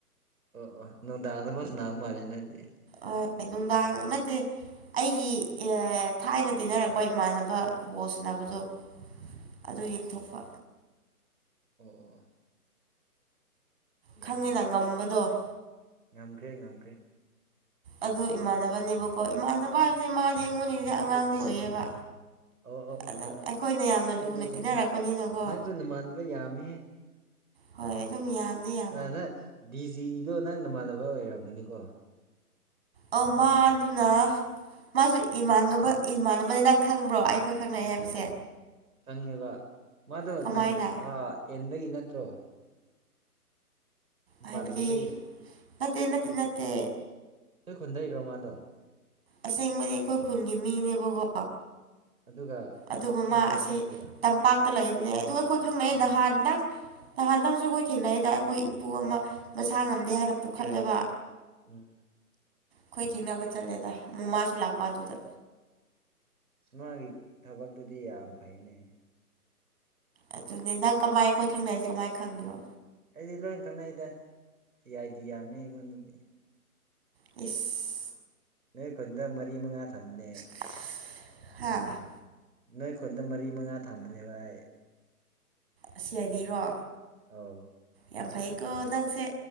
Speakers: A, on the right; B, on the right.
A: ꯑꯣ ꯑꯣ ꯅꯨꯡꯗꯥꯥꯛꯗ ꯕꯣꯜ ꯁꯟꯅꯥꯕ ꯃꯥꯜꯂꯦ ꯅꯪꯗꯤ
B: ꯑꯥ ꯅꯨꯡꯗꯥꯡ ꯅꯠꯇꯦ ꯑꯩꯒꯤ ꯑꯦ ꯊꯥꯏꯅ ꯇꯤꯟꯅꯔꯛꯄ ꯏꯃꯥꯟꯅꯕ ꯕꯣꯜ ꯁꯟꯅꯕꯗꯨ ꯑꯗꯨ
A: ꯎꯝ
B: ꯌꯦꯡꯊꯣꯛꯄ
A: ꯑꯣ ꯑꯣ
B: ꯈꯪꯉꯦꯅ
A: ꯌꯥꯏ ꯌꯥꯏ
B: ꯉꯝꯕꯗꯣ
A: ꯉꯝꯈ꯭ꯔꯦ ꯉꯝꯈ꯭ꯔꯦ
B: ꯑꯗꯨ ꯏꯃꯥꯟꯅꯕꯅꯦꯕꯀꯣ ꯏꯃꯥꯟꯅꯕ ꯍꯥꯏꯕꯁꯦ ꯃꯥꯗꯤ ꯑꯩꯉꯣꯟꯗꯒꯤꯗꯤ ꯑꯉꯥꯡꯗꯤ
A: ꯏꯁ
B: ꯑꯣꯏꯌꯦꯕ
A: ꯑꯣ ꯑꯣ ꯑꯣ
B: ꯑꯗꯣ ꯑꯩꯈꯣꯏꯅ ꯌꯥꯝꯅ
A: ꯈꯪꯉꯦ
B: ꯂꯨꯅ
A: ꯈꯪꯉꯦ
B: ꯇꯤꯟꯅꯔꯛꯄꯅꯤꯅꯀꯣ <unintelligible>
A: ꯅꯪꯁꯨ ꯅꯃꯥꯟꯅꯕ ꯌꯥꯝꯃꯤꯍꯦ
B: ꯍꯣꯏ ꯑꯗꯨꯝ ꯌꯥꯝꯅꯤ ꯌꯥ
A: ꯑꯥ ꯅꯪ ꯗꯤꯖꯤꯗꯣ ꯅꯪ ꯅꯃꯥꯟꯅꯕ ꯑꯣꯏꯔꯝꯒꯅꯤꯀꯣ
B: ꯑꯧ ꯃꯥꯟꯗꯨꯅ ꯃꯥꯁꯨ ꯏꯃꯥꯟꯅꯕ ꯏꯃꯥꯟꯅꯕꯅꯦ ꯅꯪ ꯈꯪꯕ꯭ꯔꯣ ꯑꯩꯈꯣꯏ ꯈꯪꯅꯩ ꯍꯥꯏꯕꯁꯦ
A: ꯈꯪꯉꯦꯕ ꯃꯥꯗꯣ
B: ꯀꯃꯥꯏꯅ
A: ꯅꯒ꯭ꯂꯦ ꯑꯥ ꯑꯦꯟꯗꯒꯤ ꯅꯠꯇ꯭ꯔꯣ ꯃꯄꯥꯟ
B: ꯍꯥꯏꯕꯗꯤ
A: ꯂꯝꯗꯒꯤ
B: ꯅꯠꯇꯦ ꯅꯠꯇꯦ ꯅꯠꯇꯦ
A: ꯅꯣꯏ ꯈꯨꯟꯗꯩꯔꯣ ꯃꯥꯗꯣ
B: ꯑꯁꯦꯡꯕꯗꯤ ꯑꯩꯈꯣꯏ ꯈꯨꯟꯒꯤ ꯃꯤꯅꯦꯕꯀꯣ
A: ꯑꯗꯨꯒ
B: ꯑꯗꯨꯒ
A: ꯑꯇꯣꯞꯄꯗ
B: ꯃꯥ ꯑꯁꯤ
A: ꯆꯠꯈꯤꯕ
B: ꯇꯝ ꯄꯥꯛꯇ ꯂꯩꯕꯅꯦ ꯑꯗꯨ ꯑꯩꯈꯣꯏ ꯈꯪꯅꯩꯌꯦ
A: ꯎꯝ
B: ꯅꯍꯥꯟ ꯅꯪ ꯅꯍꯥꯟ ꯅꯪꯁꯨ ꯑꯩꯈꯣꯏ ꯊꯦꯡꯅꯩꯌꯦꯗ ꯑꯩꯈꯣꯏ ꯏꯄꯨ ꯑꯃ ꯃꯁꯥ ꯉꯝꯗꯦ ꯍꯥꯏꯅ ꯄꯨꯈꯠꯂꯦꯕ
A: ꯎꯝ
B: ꯈꯣꯏ ꯊꯦꯡꯅꯕ ꯆꯠꯂꯦꯗ ꯃꯣ ꯃꯥꯁꯨ ꯂꯥꯛꯄ ꯑꯗꯨꯗ
A: <unintelligible> ꯃꯥꯒꯤ ꯊꯕꯛꯇꯨꯗꯤ ꯌꯥꯝ ꯐꯩꯅꯦ
B: ꯑꯗꯨꯅꯦ ꯅꯪ ꯀꯃꯥꯏ ꯑꯩꯈꯣꯏ ꯈꯪꯅꯩꯢꯁꯦ ꯀꯃꯥꯏꯟ ꯈꯪꯉꯤꯅꯣ
A: ꯑꯩꯗꯤ ꯂꯣꯏ ꯈꯪꯅꯩꯗ ꯁꯤ ꯑꯥꯏ ꯗꯤ ꯌꯥꯝꯅꯤ ꯑꯩꯉꯣꯟꯗꯗꯤ
B: ꯏꯁ
A: ꯅꯣꯏ ꯈꯨꯟꯗ ꯃꯔꯤ ꯃꯉꯥ ꯊꯝꯃꯤꯅꯦ
B: <unintelligible> ꯍꯥꯥ
A: ꯅꯣꯏ ꯈꯨꯟꯗ ꯃꯔꯤ ꯃꯉꯥ ꯊꯝꯕꯅꯦꯕ ꯑꯥꯢ
B: ꯑꯁꯤ ꯑꯥꯢ ꯗꯤꯔꯣ
A: ꯑꯧ
B: ꯌꯥꯝ ꯐꯩꯀꯣ ꯅꯪꯁꯦ